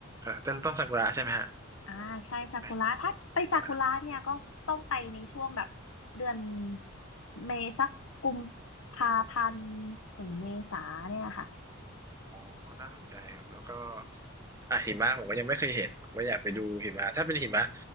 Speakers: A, on the right; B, on the left.
A: ต้นต้นซากุระใช่ไหมฮะ
B: อ่า ใช่ซากุระถ้าไปซากุระเนี่ย
A: ใช่ไหมน
B: ก็ต้องไปในช่วงแบบเดือนเมษาสักกุมภาพันธ์ถึงเมษาเนี่ยค่ะ
A: อ๋อน่าสนใจครับแล้วก็ อ่ะหิมะผมก็ยังไม่เคยเห็นผมก็อยากไปดูหิมะถ้าเป็นหิมะ